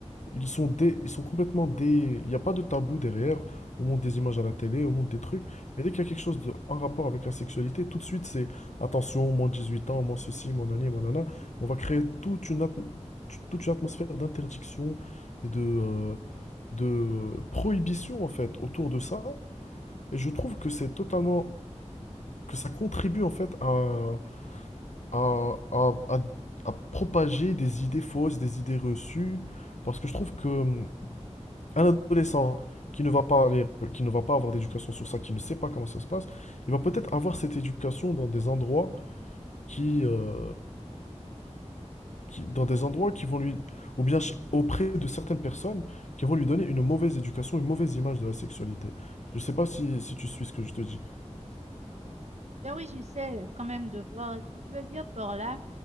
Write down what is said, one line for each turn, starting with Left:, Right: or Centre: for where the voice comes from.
Left: Ils sont, dé- ils sont complètement dé Il n'y a pas de tabou derrière. On monte des images à la télé, on monte des trucs. Mais dès qu'il y a quelque chose de... en rapport avec la sexualité, tout de suite, c'est attention, moins 18 ans, moins ceci, moins nani, moins nana. On va créer toute une, atm- toute une atmosphère d'interdiction et de, euh, de prohibition, en fait, autour de ça. Et je trouve que c'est totalement... que ça contribue, en fait, à, à, à, à à propager des idées fausses, des idées reçues. Parce que je trouve que hum, un adolescent qui ne va pas aller, qui ne va pas avoir d'éducation sur ça, qui ne sait pas comment ça se passe, il va peut-être avoir cette éducation dans des endroits qui, euh, qui- dans des endroits qui vont lui, ou bien ch- auprès de certaines personnes qui vont lui donner une mauvaise éducation, une mauvaise image de la sexualité. Je sais pas si, si tu suis ce que je te dis.
Right: Ben oui, j'essaie quand même de voir. Est-ce que tu veux dire par là,